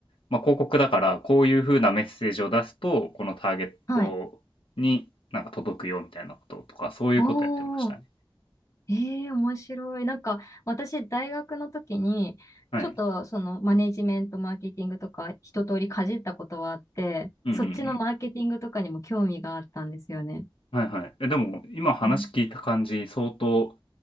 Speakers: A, on the left; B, on the left.
A: まあ、広告だから、こういう風なメッセージを出すと、このターゲットになんか届くよみたいなこととか、
B: はい。
A: そういうことやってましたね。
B: おー。ええ、面白い。なんか、私、大学の時に、
A: はい。
B: ちょっと、その、マネジメント、マーケティングとか、一通りかじったことはあって、
A: うんうんうん。
B: そっちのマーケティングとかにも興味があったんですよね。
A: はいはい。え、でも、今話聞いた感じ、
B: うん
A: 相当、